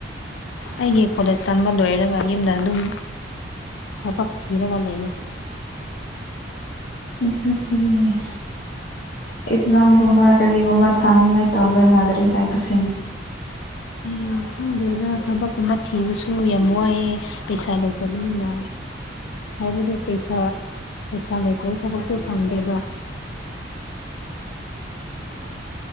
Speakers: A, on the left (about 80°); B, on the left (about 55°).
A: ꯑꯩꯒꯤ ꯀꯣꯂꯦꯖ ꯇꯝꯕ ꯂꯣꯏꯔꯒ ꯌꯨꯝꯗ ꯑꯗꯨꯝ ꯊꯕꯛ ꯊꯤꯔꯒ ꯂꯩꯌ‌ꯦ
B: ꯑꯗꯨꯗꯤ <unintelligible> ꯑꯦꯛꯖꯥꯝꯒꯨꯝꯕ ꯀꯔꯤꯒꯨꯝꯕ ꯊꯥꯅꯤꯡꯉꯥꯏ ꯇꯧꯔ ꯅꯥꯗ꯭ꯔꯤ ꯍꯥꯏꯕꯁ‌ꯦ
A: ꯑꯩ ꯈꯪꯗꯦꯗ ꯊꯕꯛꯀꯨꯝꯕ ꯊꯤꯕꯁꯨ ꯌꯥꯝ ꯋꯥꯏꯑꯦ ꯄꯩꯁꯥ ꯂꯩꯇ ꯇꯕꯅꯤꯅ ꯍꯥꯏꯕꯗꯤ ꯄꯩꯁꯥ ꯄꯩꯁꯥ ꯂꯩꯇ꯭ꯔꯗꯤ ꯊꯕꯛꯁꯨ ꯐꯪꯗꯦꯕ